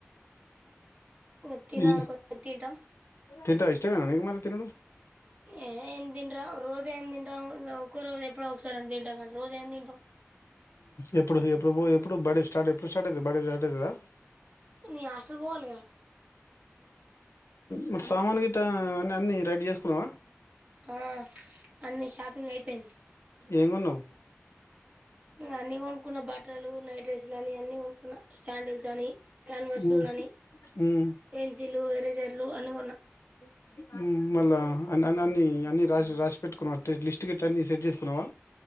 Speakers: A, on the right; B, on the left.
A: ఉ తినాలే
B: ఉమ్
A: కొద్దిగా తింటం
B: తింటావా ఇష్టమేనా మరి తినుడు
A: ఏ ఎమ్ తింటావ్ రోజు రోజ ఏం తింటాం ఒక రోజు ఎప్పుడో ఒకసారి తింటాం కానీ రోజు ఏం తింటాం
B: ఎప్పుడు ఎప్పుడు ఎప్పుడు బడీ స్టార్ట్ ఎప్పుడు స్టార్ట్ అవుతుంది బడీ స్టార్ట్ అవుతుందా
A: నీను హస్టల్ పోవాలి కదా
B: మరి సామాను గిట్ట అ అన్ని రెడీ చేసుకున్నావా
A: ఆ అన్నీ షాపింగ్ అయిపోయింది
B: ఏం కొన్నావ్
A: అన్ని కొనుక్కున్నాను బట్టలు నైటీలు డ్రెస్లు అని అన్ని కొనుకున్న శాండిల్స్ అని క్యాన్వర్షలు
B: ఉమ్
A: అని
B: ఉమ్
A: పెన్సిల్ ఎరేజర్లు అన్ని కొన్నా
B: ఉ హు ఉ మళ్ళా అ అ అన్ని అన్ని రాసి రాసి పెట్టుకున్నావా లిస్ట్ కట్ట అన్ని సెట్ చేసుకున్నావా